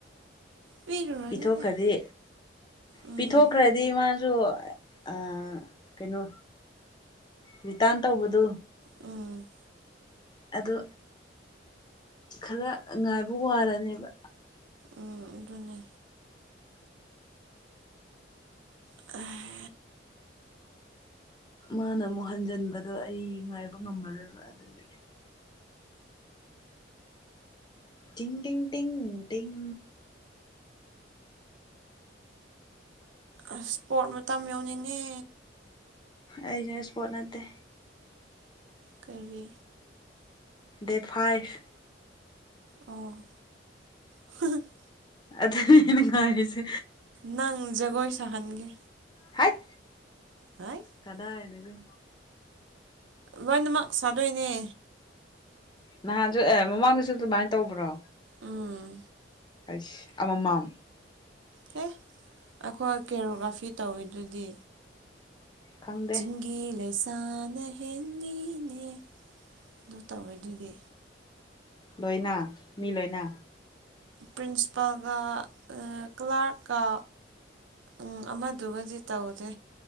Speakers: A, on the right; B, on the left.
A: ꯄꯤꯔꯨꯔꯅꯨꯗ
B: ꯄꯤꯊꯣꯛꯈ꯭ꯔꯔꯤ
A: ꯎꯝ
B: ꯄꯤꯊꯣꯛꯈ꯭ꯔꯗꯤ ꯃꯥꯁꯨ ꯑꯥ ꯀꯩꯅꯣ ꯔꯤꯇꯥꯔꯟ ꯇꯧꯕꯗꯨ
A: ꯎꯝ
B: ꯑꯗꯣ ꯈꯔ ꯉꯥꯏꯕ ꯋꯥꯔꯅꯦꯕ
A: ꯎꯝ ꯑꯗꯨꯅꯦ <unintelligible>
B: ꯃꯥꯅ ꯑꯃꯨꯛ ꯍꯟꯖꯟꯕꯗꯣ ꯑꯩ ꯉꯥꯏꯕ ꯉꯝꯃꯔꯣꯏꯕ ꯑꯗꯨꯗꯤ ꯇꯤꯡ ꯇꯤꯡ ꯇꯤꯡ ꯇꯤꯡ
A: ꯑꯁ ꯏꯁꯄꯣꯔꯠ ꯃꯇꯝ ꯌꯥꯎꯅꯤꯡꯉꯦ
B: ꯑꯩꯖꯁꯄꯣꯠ ꯅꯠꯇꯦ
A: ꯀꯔꯤ
B: ꯗꯦꯠ ꯐꯥꯏꯚ
A: ꯑꯣ <unintelligible>
B: ꯑꯗꯨꯅꯦ ꯉꯥꯏꯔꯤꯁꯦ
A: ꯅꯪ ꯖꯒꯣꯏ ꯁꯍꯟꯒꯦ
B: ꯍꯥꯏꯠ
A: ꯍꯥꯏ
B: ꯀꯗꯥꯏꯗꯒꯤ
A: ꯂꯣꯏꯅꯃꯛ ꯁꯥꯗꯣꯏꯅꯦ
B: ꯅꯍꯥꯟꯁꯨ ꯑꯦ ꯃꯃꯥꯡꯗꯁꯨ ꯑꯗꯨꯃꯥꯏꯅ ꯇꯧꯕ꯭ꯔꯣ
A: ꯎꯝ
B: ꯑꯩꯁ ꯑꯃꯃꯝ
A: ꯍꯦ ꯑꯩꯈꯣꯏ ꯀꯦꯔꯣꯒ꯭ꯔꯥꯐꯤ ꯇꯧꯋꯤꯗꯨꯗꯤ
B: ꯈꯪꯗꯦ
A: ꯆꯤꯡꯒꯤ ꯂꯩꯁꯥꯅ ꯍꯦꯜꯂꯤꯅꯦ ꯑꯗꯨ ꯇꯧꯔꯣꯏꯗꯨꯗꯤ
B: ꯂꯣꯏꯅ ꯃꯤ ꯂꯣꯏꯅ
A: ꯄ꯭ꯔꯤꯟꯁꯤꯄꯥꯜꯒ ꯀ꯭ꯂꯥꯔꯀ ꯎꯝ ꯑꯃꯗꯨꯒꯗꯤ ꯇꯧꯗꯦ